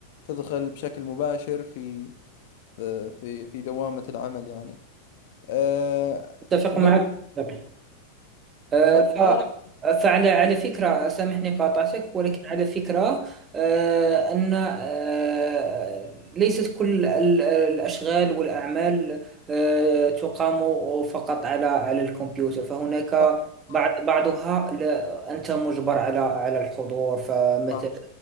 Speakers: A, on the left; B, on the right.
A: وتدخل بشكل مباشر في آه، في في دوامة العمل يعني أه
B: اتفق
A: لو
B: معك بالطبع. آه،
A: ما
B: ف
A: ما رأيك
B: فعلى على فكرة سامحني قاطعتك ولكن على فكرة آه، أن آه، ليست كل ال- الأشغال والأعمال آه، تقام فقط على على الكمبيوتر فهناك
A: صح
B: بعض
A: صح
B: بعضها لا أنت مجبر على على الحضور فمثلا
A: صح